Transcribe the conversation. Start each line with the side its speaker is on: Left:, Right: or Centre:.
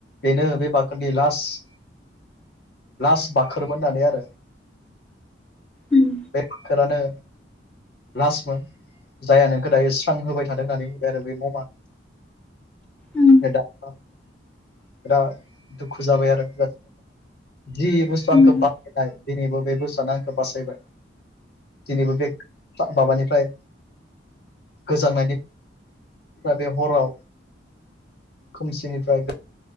Left: बेनो बे बाखोरनि लास्ट लास्ट बाखोरोन होननानै आरो
Centre: उम
Left: बे बाखोरानो लास्टमोन जायहा नोंखो दायो स्रां होबाय थादों होननानै बुंबाय आरो बे ममा
Centre: उम
Left: फ्राय दा बिराद दुखु जाबाय आरो <unintelligible> जि बुस्थु आंखौ
Centre: उम
Left: बासायनाय दिनैबो बे बुस्थुआनो आंखौ बासायबाय दिनैबो बे <unintelligible> माबानिफ्राय गोजांनायनि बे हराव खोमसिनिफ्राय